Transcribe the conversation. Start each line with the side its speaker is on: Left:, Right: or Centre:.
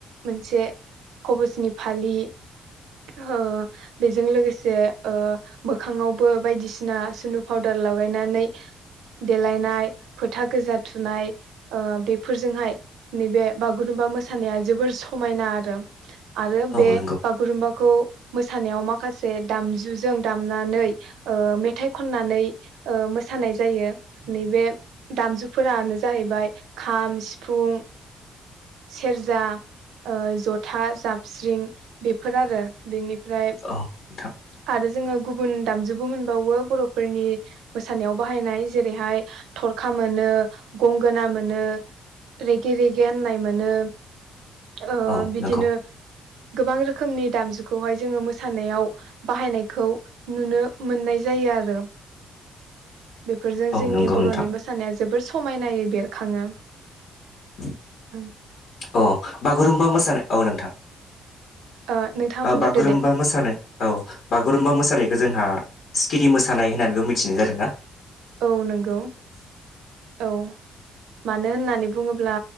Right: मोनसे खबसनि फालि ओ बेजों लोगोसे ओ मोखाङावबो बायदिसिना सिनदुर पाउदार लगायनानै देलायनाय फोथा गोजा थुनाय ओ बेफोरजोंहाय नैबे बागुरुम्बा मोसानाया जोबोर समायना आरो आरो
Left: औ
Right: बे
Left: नंगौ
Right: बागुरुम्बाखौ मोसानायाव माखासे दामजुजों दामनानै ओ मेथाइ खननानै ओह मोसानाय जायो नैब दामजुफोरानो जाहैबाय खाम सिफुं सेरजा ओ जथा जाबस्रिं बेफोर आरो बेनि ओमफ्राय
Left: औ नोंथां
Right: आरो जोङो गुबुन दामजुबो मोनबावो बर'फोरनि मोसानायाव बाहायनाय जेरैहाय थर खा मोनो गंगोना मोनो रेगे रेगे होननाय मोनो ओह
Left: औ
Right: बिदिनो
Left: नंगौ
Right: गोबां रोखोमनि दामजुखौहाय जोंङो मोसानायाव बाहायनायखौ नुनो मोननाय जायो आरो बेफोरजों
Left: औ
Right: जोंनि
Left: नंगौ
Right: बर'नि
Left: नोंथां
Right: मोस सानाया जोबोर समायनायै बेरखाङो
Left: उम
Right: ओं
Left: औ बागुरुमबा मोसानाय औ नोंथां
Right: ओ नोंथाङा
Left: औ
Right: बुंग्रोदो
Left: बागुरुम्बा
Right: दे
Left: मोसानाय औ बागुरुम्बा मोसानायखौ जोंहा सिखिरि मोसानाय होननानैबो मिथिनाय जादों ना?
Right: औ नंगौ औ मानो होननानै बुङोब्ला?